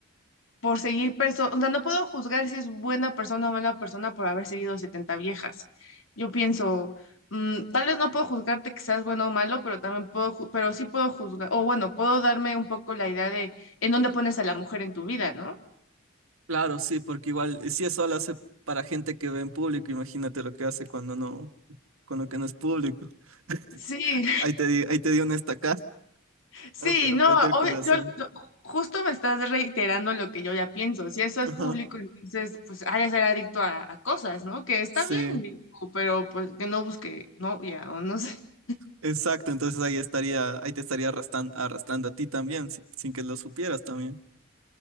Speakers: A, on the left; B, on the right.
A: por seguir personas, o sea, no puedo juzgar si es buena persona o mala persona por haber seguido 70 viejas. Yo pienso, mm, tal vez no puedo juzgarte que seas bueno o malo, pero también puedo, ju- pero sí puedo juzgar, o bueno, puedo darme un poco la idea de en dónde pones a la mujer en tu vida, ¿no?
B: Claro, sí, porque igual eh, si eso lo hace para gente que ve en público, imagínate lo que hace cuando no, con lo que no es público. <laughs>
A: Sí,
B: Ahí te di, ahí te di una estacada. <laughs>
A: Sí,
B: Ap- Apreté
A: no,
B: el
A: obvio-
B: corazón.
A: yo, yo- justo me estás reiterando lo que yo ya pienso. Si eso es
B: Ajá.
A: público, entonces pues ha de ser adicto a, a cosas, ¿no? Que está
B: Sí.
A: bien, digo, pero pues que no busque novia o no sé. <laughs>
B: Exacto, entonces ahí estaría, ahí te estaría arrastrando, arrastrando a ti también, si- sin que lo supieras también.